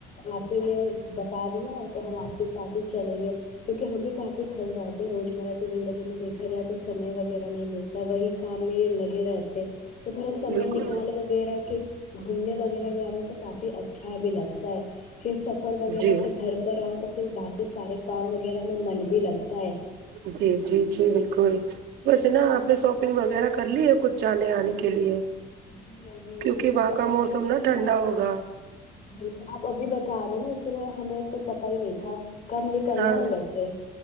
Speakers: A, on the left (about 50°); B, on the right (about 75°).
A: آپ پہلے بتا دیا تو ہم آپ کے ساتھ ہی چلیں گے کیونکہ ہم بھی کافی تھک جاتے ہیں روزمرہ کی زندگی میں دیکھا جائے تو سمے وغیرہ نہیں ملتا وہی کام میں یہ لگے رہتے تو تھوڑا سمے
B: بالکل
A: نکال وغیرہ کے گھومنے وغیرہ جارے تو کافی اچھا بھی لگتا ہے پھر سفر وغیرہ
B: جی
A: سے گھر پر آؤ تو پھر باقی سارے کام وغیرہ میں من بھی لگتا ہے
B: جی جی جی بالکل ویسے نا آپ نے شاپنگ وغیرہ کر لی ہے کچھ جانے آنے کے لیے
A: جی نہیں
B: کیونکہ
A: ہم نے
B: وہاں
A: تو
B: کا موسم
A: کیونکہ
B: نا ٹھنڈا ہوگا
A: بالکل آپ ابھی بتا رہے نا اسی لیے ہمیں تو پتا ہی نہیں تھا کب نکلنا
B: ہاں
A: ہے ویسے